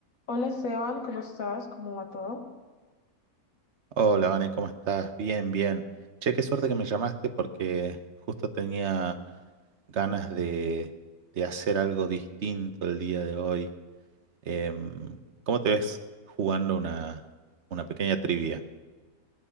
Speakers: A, on the left (about 65°); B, on the right (about 55°).
A: Hola Esteban, ¿cómo estás? ¿Cómo va todo?
B: Hola, Vane, ¿cómo estás? Bien, bien. Che, qué suerte que me llamaste porque justo tenía ganas de, de hacer algo distinto el día de hoy. Em, ¿cómo te ves jugando una, una pequeña trivia?